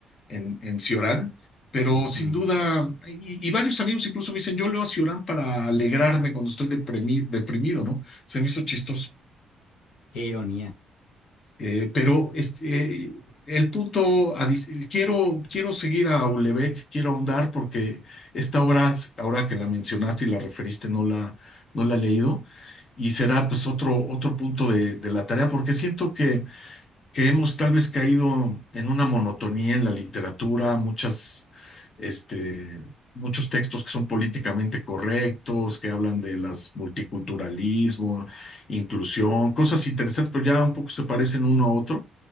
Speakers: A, on the left; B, on the left.
A: en, en Ciorán, pero
B: Ujú.
A: sin duda, y, y, varios amigos incluso me dicen, yo leo a Ciorán para alegrarme cuando estoy deprimido, deprimido, ¿no? Se me hizo chistoso.
B: Qué ironía.
A: Eh, pero este, eh, el punto, adic- quiero, quiero seguir a Aulebec, quiero ahondar porque esta obra, ahora que la mencionaste y la referiste, no la, no la he leído y será pues otro, otro punto de, de la tarea porque siento que que hemos tal vez caído en una monotonía en la literatura, muchas, este, muchos textos que son políticamente correctos, que hablan de las multiculturalismo, inclusión, cosas interesantes, pero ya un poco se parecen uno a otro.